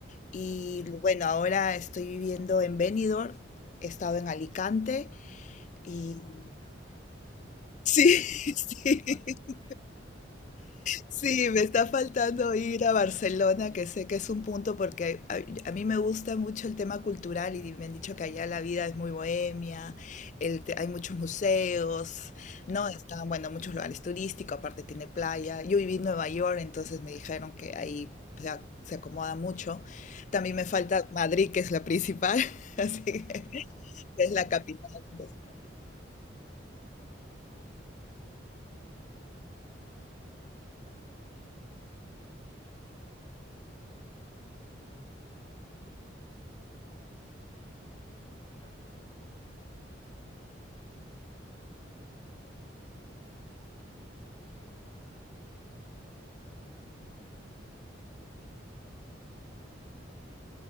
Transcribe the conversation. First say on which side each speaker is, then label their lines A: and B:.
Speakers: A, on the left (about 40°); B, on the left (about 25°).
A: y
B: Ujú.
A: bueno, ahora estoy viviendo en Benidorm. He estado en Alicante
B: Madre
A: y...
B: mía, solo vas a sitios turísticos, ¿eh? O sea,
A: Sí,
B: vas a lo, a lo
A: <laughs> sí.
B: mejor de España. Muy bien, ¿eh? <laughs>
A: Sí, me está faltando ir a Barcelona, que sé que es un punto porque a, a mí me gusta mucho el tema cultural y me han dicho que allá la vida es muy bohemia, el te- hay muchos museos,
B: Claro.
A: ¿no? Están, bueno, muchos lugares turísticos, aparte tiene playa. Yo viví en Nueva York, entonces me dijeron que ahí se, a- se acomoda mucho. También
B: Ujú.
A: me falta Madrid, que es la principal, <laughs> así
B: Sí,
A: que
B: bueno, eh,
A: es
B: sí,
A: la
B: a mí
A: capital. entonces.
B: Yo, o sea, a mí me gustan mucho todo tipo de turismo y tal, pero me gustan muchísimo las grandes ciudades, las grandes capitales y, y obviamente Madrid y Barcelona son unos must, o sea, hay que verlos sí o sí por lo que tú dices, ¿no? Ya, ya no solo por los monumentos, museos y cultura que tienen, sino también por el ambiente que hay, eh, la gente, la, un poco la cultura y la tradición que se respira, sí, sí, son altamente recomendables.